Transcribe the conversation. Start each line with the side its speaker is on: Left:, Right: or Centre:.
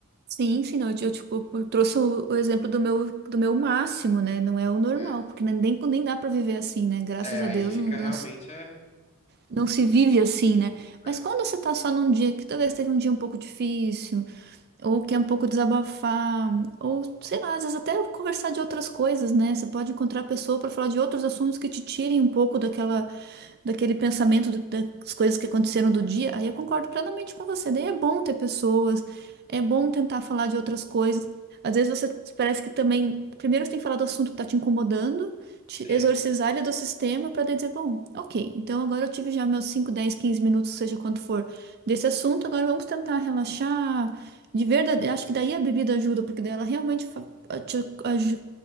Right: Sim, sim, não, eu, te- eu, te- eu trouxe o, o exemplo do meu, do meu máximo, né? Não é o normal,
Left: É,
Right: porque nem, nem dá para viver assim, né? Graças
Left: é aí
Right: a Deus,
Left: fica
Right: não,
Left: realmente, é,
Right: não se vive assim, né? Mas
Left: é,
Right: quando você tá só num dia que talvez teve um dia um pouco difícil, ou quer um pouco desabafar, ou sei lá, às vezes até conversar de outras coisas, né? Você pode encontrar a pessoa para falar de outros assuntos que te tirem um pouco daquela, daquele pensamento do- das coisas que aconteceram do dia. Aí eu concordo plenamente com você. Daí é bom ter pessoas, é bom tentar falar de outras coisas. Às vezes você parece que também, primeiro você tem que falar do assunto que está te incomodando, te
Left: é,
Right: exorcizar ele do sistema para dizer, bom, ok, então agora eu tive já meus 5 10 15 minutos, seja quanto for, desse assunto, agora vamos tentar relaxar, de verdade, acho que daí a bebida ajuda, porque daí ela realmente fa- ah, te aju-